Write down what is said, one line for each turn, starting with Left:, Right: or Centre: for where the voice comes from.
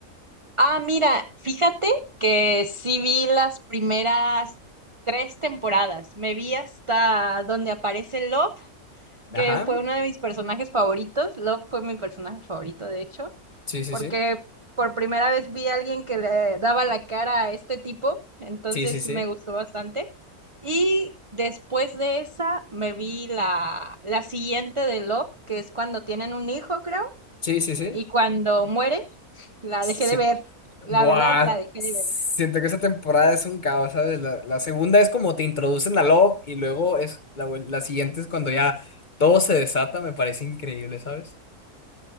Right: Ah, mira, fíjate que sí vi las primeras tres temporadas. Me vi hasta donde aparece Love
Left: Ajá.
Right: que fue uno de mis personajes favoritos. Love fue mi personaje favorito, de hecho,
Left: Sí, sí,
Right: porque
Left: sí.
Right: por primera vez vi a alguien que le daba la cara a este tipo, entonces
Left: Sí, sí, sí.
Right: me gustó bastante. Y después de esa me vi la, la siguiente de Love, que es cuando tienen un hijo, creo,
Left: Sí, sí, sí.
Right: y cuando muere, la
Left: Sí.
Right: dejé de ver. La
Left: Buah.
Right: verdad, la dejé
Left: Siento
Right: de ver.
Left: que esa temporada es un caos, ¿sabes? La, la segunda es como te introducen a Love y luego es la, vuel- la siguiente es cuando ya todo se desata, me parece increíble, ¿sabes?